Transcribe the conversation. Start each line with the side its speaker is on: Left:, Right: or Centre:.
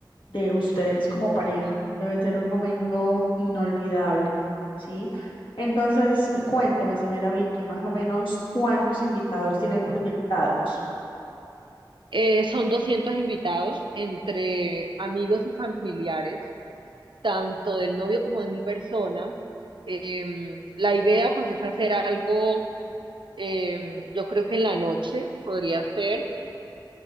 Left: de ustedes como pareja. Debe ser un momento inolvidable, ¿sí? Entonces, eh, cuénteme, señora Vicky, más o menos cuántos invitados tienen proyectados.
Right: Eh, son 200 invitados entre amigos y familiares, tanto del novio como de mi persona. Em, la idea pues es hacer algo, em, yo creo que en la noche podría ser,